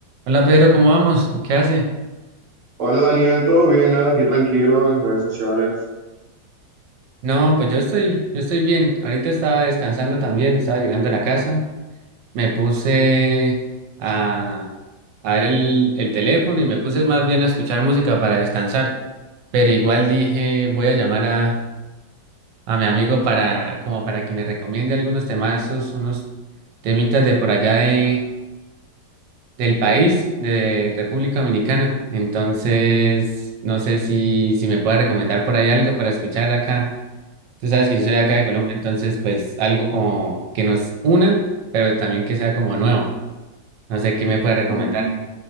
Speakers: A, on the right; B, on the right.
A: Hola Pedro, ¿cómo vamos? ¿Qué hace?
B: Hola Daniel, ¿todo bien? Nada, aquí tranquilo en redes sociales.
A: No, pues yo estoy, yo estoy bien. Ahorita estaba descansando también, estaba llegando a la casa. Me puse a, a ver el, el teléfono y me puse más bien a escuchar música para descansar. Pero igual dije, voy a llamar a, a mi amigo para, como para que me recomiende algunos temazos, unos temitas de por allá de, del país, de República Dominicana. Entonces, no sé si, si me puede recomendar por ahí algo para escuchar acá. Tú sabes que yo soy acá de Colombia, entonces pues algo como que nos una, pero también que sea como nuevo. No sé qué me puede recomendar.
B: Ujú.